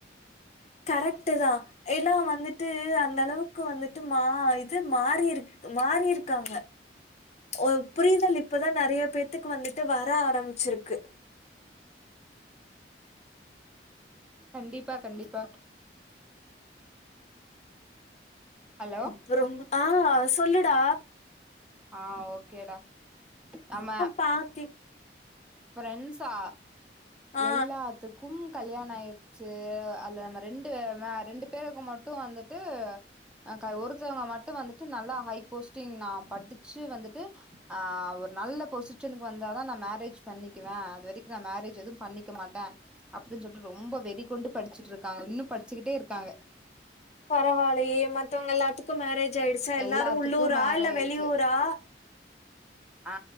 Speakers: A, on the left; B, in the centre.
A: கரெக்ட்டு தா ஏனா வந்துட்டு அந்த அளவுக்கு வந்துட்டு மா இது மாறிருக்கு க்கு மாறி இருக்காங்க ஒரு புரிதல் இப்பதா நெறைய பேத்துக்கு வந்துட்டு வர ஆரம்மிச்சிருக்கு
B: கண்டிப்பா கண்டிப்பா ஹலோ
A: அப்றோம் ஆ சொல்லுடா
B: ஆ ஓகேடா ஆமா
A: பார்த்தி
B: ஃபிரெண்ட்ஸா
A: ஆ
B: எல்லாத்துக்கும் கல்யாண ஆய்ரு சே அதுல நம்ம ரெண்டு ரெண்டு பேருக்கு மட்டு வந்துட்டு அ கா ஒருத்தவங்க மட்டு வந்துட்டு நல்லா ஹை போஸ்ட்டிங் நா படுச்சு வந்துட்டு ஆ ஒரு நல்ல பொசிஷனுக்கு வந்தாதா நா மேரேஜ் பண்ணிக்குவே அது வரிக்கு நா மேரேஜ் எதுவு பண்ணிக்க மாட்டே அப்டின் சொல்ட்டு ரொம்ப வெறிகொண்டு படுச்சுட்டு இருக்காங்க இன்னு படுச்சுக்கிட்டே இருக்காங்க
A: பரவால்லையே மத்தவங்க எல்லாத்துக்கு மேரேஜ் ஆயிடுச்சா எல்லாரு
B: எல்லாத்துக்கு
A: உள்ளூரா
B: மேரேஜ்
A: இல்ல வெளியூரா
B: ஆ